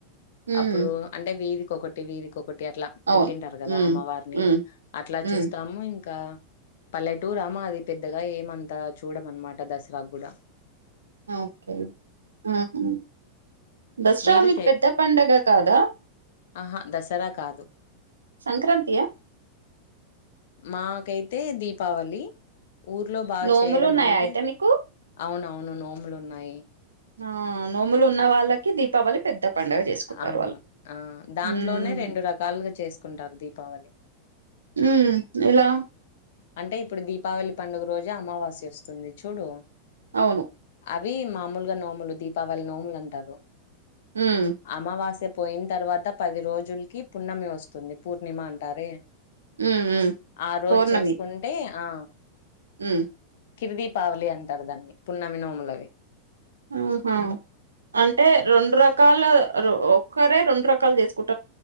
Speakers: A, on the right; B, on the left.
A: హ్మ్
B: అప్పుడు అంటే వీధి. కొకటి వీథికొకటి అట్లా
A: అవును
B: పెట్టింటారు కదా,
A: హ్మ్
B: అమ్మవారిని
A: హ్మ్
B: అట్లా
A: హ్మ్
B: చూస్తాము ఇం. ఇంకా పల్లెటూరా మాది పెద్దగా ఏమంతా చూడము అనమాట దసరా కూడా.
A: ఓకే ఆ హా దసరా
B: మీరు
A: మీకు పెద్ద పండగ కాదా?
B: ఆహా దసరా కాదు
A: సంక్రాంతి యా
B: మాకైతే దీపావళి ఊర్లో బా
A: నోములు
B: చేయడం
A: ఉన్నాయా
B: అంటే
A: అయితే మీకు
B: అవునవును నోములున్నాయి
A: ఆ నోములు ఉన్న వాళ్ళకి దీపావళి పెద్ద పండగ చేసుకుంటారు
B: అవును
A: వాళ్ళు
B: ఆ దాంట్లోనే
A: హ్మ్
B: రెండు రకాలుగా చేసుకుంటారు దీపావళి
A: హు ఎలా
B: అంటే ఇప్పుడు దీపావళి పండుగ రోజే అమావాస్య వస్తుంది చూడు.
A: అవును
B: అవి మామూలుగా నోములు, దీపావళి నోములు అంటారు
A: హ్మ్
B: అమావాస్య. పోయిన తర్వాత పది రోజులకి పున్నమి వస్తుంది, పూర్ణిమ అంటారే.
A: హు హ్మ్
B: ఆ రోజు
A: పౌర్ణమి
B: చేసుకుంటే ఆ
A: హ్మ్
B: కిర్ దీపావళి అంటారు దాన్ని పున్నమి నోములనీ.
A: ఆహా అంటే రెండు రకాలు ఒక్కరే రెండు రకాలు చేసుకున్.